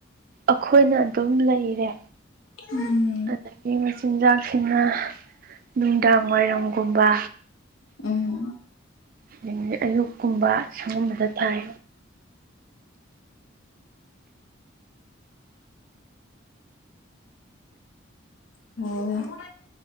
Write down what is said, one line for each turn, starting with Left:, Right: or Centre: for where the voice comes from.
Right: ꯑꯈꯣꯏꯅ ꯑꯗꯨꯝ ꯂꯩꯔꯦ
Left: ꯎꯝ
Right: ꯑꯗꯒꯤ ꯃꯆꯤꯟꯖꯥꯛꯁꯤꯅ ꯅꯨꯡꯗꯥꯡ ꯋꯥꯏꯔꯝꯒꯨꯝꯕ
Left: ꯎꯝ
Right: ꯑꯗꯒꯤꯗꯤ ꯑꯌꯨꯛꯀꯨꯝꯕ ꯁꯪꯒꯨꯝꯕꯗ ꯊꯥꯏ
Left: ꯑꯣ